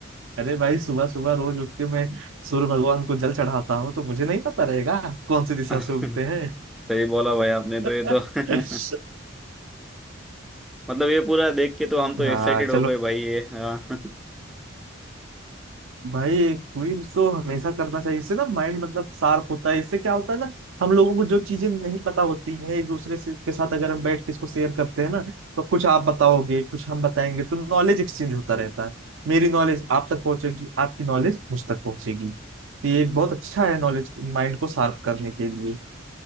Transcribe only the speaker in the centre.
<laughs>
सही बोला भाई आपने
तो ये तो <laughs> मतलब ये पूरा देख के तो हम तो एक्साइटेड
हो गए भाई ये हाँ